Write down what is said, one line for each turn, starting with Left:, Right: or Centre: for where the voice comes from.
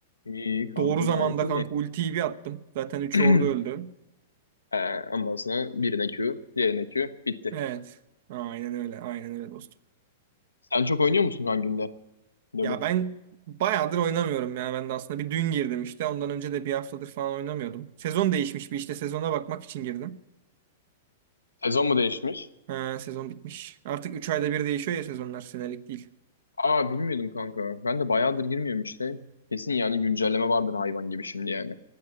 Left: İyi kanka
Right: Doğru zamanda
Left: gayet iyi.
Right: kanka ultiyi bir attım. Zaten üç
Left: <clears throat>
Right: ordu öldü.
Left: Ee, ondan sonra birine Q, diğerine Q. Bitti.
Right: Evet. Aynen öyle. Aynen öyle dostum.
Left: Sen çok oynuyor musun kanka günde? LoL'ü.
Right: Ya ben bayağıdır oynamıyorum ya. Ben de aslında bir dün girdim işte. Ondan önce de bir haftadır falan oynamıyordum. Sezon değişmiş bir işte sezona bakmak için girdim.
Left: Sezon mu değişmiş?
Right: Ha, sezon bitmiş. Artık 3 ayda bir değişiyor ya sezonlar. Senelik değil.
Left: Aa bilmiyordum kanka. Ben de bayağıdır girmiyorum işte. Kesin yani güncelleme vardır hayvan gibi şimdi yani.